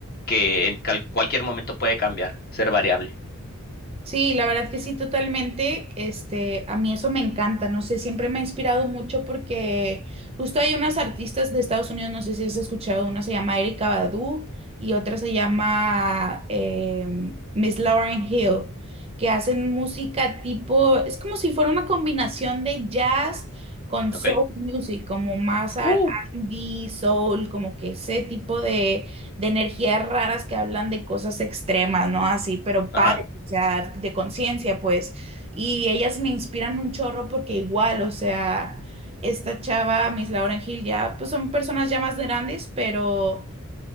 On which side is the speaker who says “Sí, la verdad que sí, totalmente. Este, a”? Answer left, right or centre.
Right